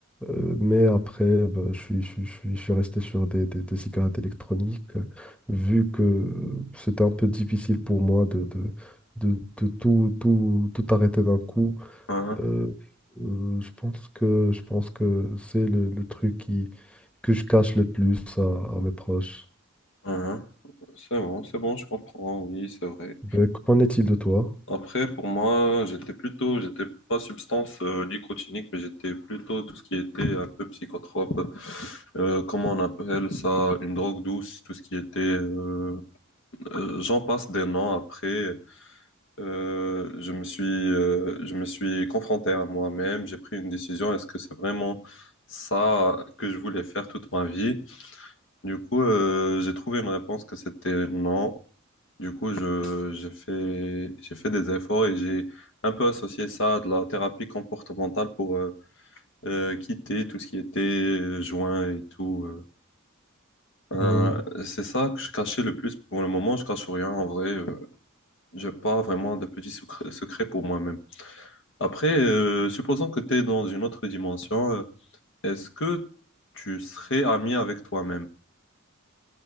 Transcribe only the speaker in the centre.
Euh, mais après, bah, je suis, je suis- je suis- je suis resté sur des, des- des cigarettes électroniques, euh, vu que euh, c'était un peu difficile pour moi de, de, de- de tout, tout, tout arrêter d'un coup.
Euh, euh, je pense que, je pense que c'est le le truc qui que je cache le plus à, à mes proches.
Ben, qu'en est-il de toi?
Euh,